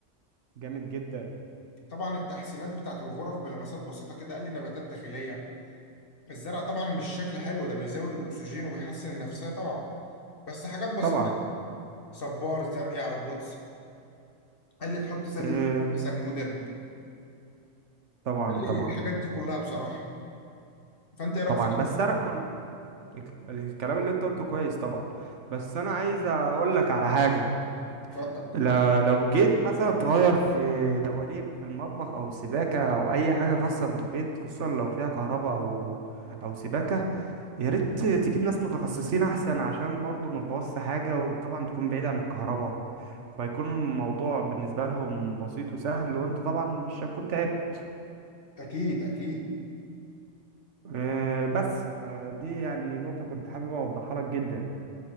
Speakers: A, on the right; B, on the left.
A: جامد جدا
B: طبعا التحسينات بتاعت الغرف بلمسات بسيطة كده قال لي نباتات داخلية الزرع طبعا مش شكل حلو ده بيزود الاكسجين وبيحسن النفسية طبعا بس حاجات بسيطة
A: طبعا
B: صبار زاوية او بوتس قال لي تحط سلة
A: آه،
B: مثلا مودرن
A: طبعا
B: قال
A: طبعا
B: لي الحاجات دي كلها بصراحة فانت ايه رايك
A: طبعا
B: في كده؟
A: بس انا كل الكلام اللي انت قلته كويس طبعا بس انا عايز اقول لك على حاجة
B: اتفضل
A: لو لو جيت مثلا تغير في دواليب المطبخ او السباكه او اي حاجه خاصه بالبيت خصوصا لو فيها كهرباء او او سباكه يا ريت تجيب ناس متخصصين احسن عشان برضو ما تبوظش حاجه وطبعا تكون بعيد عن الكهرباء فيكون الموضوع بالنسبه لهم بسيط وسهل وانت طبعا مش هتكون تعبت
B: اكيد اكيد
A: آه، بس فدي يعني نقطه كنت حابب اوضحها لك جدا